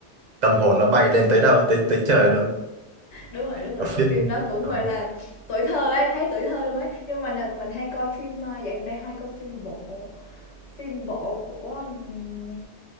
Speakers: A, on the right; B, on the left.
A: tâm hồn nó bay lên tới đâu tới tới trời luôn
B: đúng rồi, đúng rồi,
A: ở phim
B: bộ phim đó cũng,
A: à,
B: gọi là, tuổi thơ ấy, thấy tuổi thơ luôn ấy, nhưng mà mình, à, mình hay coi phim, a, dạo gần đây hay coi phim bộ. Phim bộ của ừm,